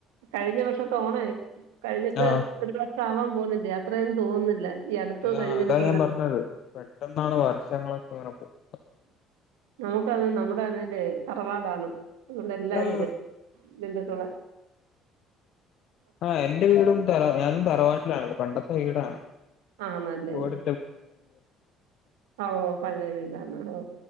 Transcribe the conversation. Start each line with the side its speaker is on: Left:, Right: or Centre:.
Right: കഴിഞ്ഞ വർഷ തോഓണ കഴിഞ്ഞിട്ട്
Left: ആ
Right: ഒരു വർഷം ആവാൻ പോുന്നില്ലേ അത്രേന്നും തോന്നുന്നില്ല ഈടുത്തത്ത് കഴിഞ്ഞതും
Left: ആ അതാ ഞാൻ പറഞ്ഞത് പെട്ടെന്നാണ് വർഷങ്ങളൊക്കെ ങ്ങനെ പോ <unintelligible>
Right: നമുക്കന്ന് നമ്മുടെ അന്നറെ തറവാടാണ് അതുകൊണ്ട് എല്ലരും
Left: പോകുന്നത്
Right: ഇര് ബന്ധുക്കള്-
Left: ആ എന്റെ വീടും തറ ഞാനും തറവാട്ടിലാണ പണ്ടത്തെ വീടാണ്
Right: ആ ആണല്ലേ
Left: ഓട്
Right: ആ ഓ പഴയ വീടന്നോ ഓ